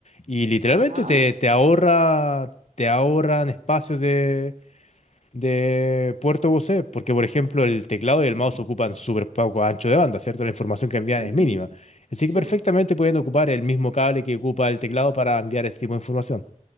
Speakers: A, on the left; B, on the right.
A: y literalmente
B: Ya.
A: te, te ahorra, te ahorran espacios de, de puerto USB, porque por ejemplo el teclado y el mouse ocupan súper poco ancho de banda, ¿cierto? La información que envían
B: Ujú.
A: es mínima. Así que
B: Sí,
A: perfectamente
B: po.
A: pueden ocupar el mismo cable que ocupa el teclado para enviar ese tipo de información,